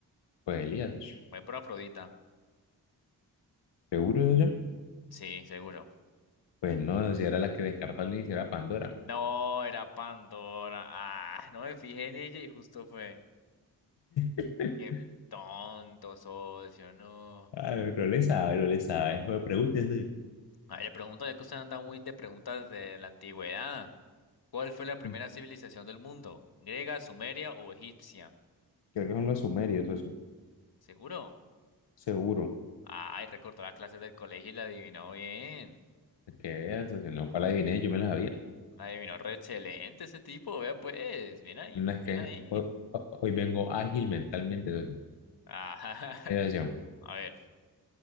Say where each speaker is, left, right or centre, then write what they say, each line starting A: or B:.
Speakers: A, on the left; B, on the left.
A: Pues Elías, sh-
B: Voy por Afrodita.
A: ¿seguro de
B: Sí, seguro.
A: Pues no, si era la que descartó al inicio, era Pandora.
B: No, era Pandora. Ah, no me fijé en ella y justo fue.
A: <laughs>
B: Qué tonto, socio, no.
A: Ah, no le sabe, no le sabe. Pues, Me pregunte socio.
B: A ver, le pregunto, ya que usted anda muy de preguntas de la antigüedad. ¿Cuál fue la primera
A: Mm,
B: civilización del mundo? ¿Griega, sumeria o egipcia?
A: Creo que son los sumerios, eso.
B: ¿Seguro?
A: sí, Seguro.
B: Ay, recortó las clases del colegio y la adivinó bien.
A: Que vean, socio, no, para la adiviné, yo me la sabía.
B: La adivinó re excelente ese tipo, vea pues. Bien ahí,
A: No, es que
B: bien ahí.
A: hoy, hoy vengo ágil mentalmente,
B: Ah,
A: socio.
B: <laughs> a ver,